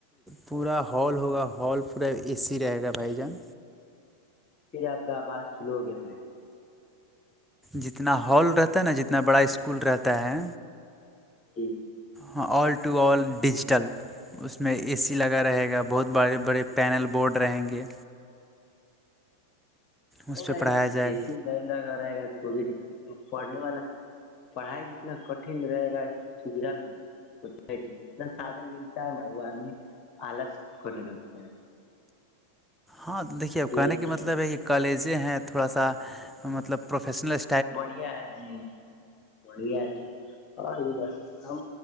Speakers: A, in the centre; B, on the left.
A: پورا ہال ہوگا ہال پورا اے سی رہے گا بھائی جان
B: آپ کا آواز سلو ہو گیا تھا ہے
A: جتنا ہال رہتا ہے نا جتنا بڑا اسکول رہتا ہے
B: ج
A: ہاں آل ٹو آل ڈیجیٹل اس میں اے سی لگا رہے گا بہت بڑے بڑے پینل بورڈ رہیں گے اس
B: نہیں
A: پہ
B: رہ
A: پڑھایا
B: گا
A: جائے
B: اے سی نہیں لگا رہے گا تو بھی د پڑھنے والا پڑھائی جتنا کٹن رہے گا سویدھا میں نا اتنا سادھن ملتا ہے نا وہ ہمیں آلاس کرنے لگتا ہے
A: ہاں دیکھیے اب
B: یہ
A: کہنے
B: بات
A: کا مطلب
B: ٹھیک
A: ہے یہ کالج ہیں تھوڑا سا مطلب پروفیشنلٹ
B: بڑیا ہے جی بڑیا ہے تھا ہاں یہ بس ہم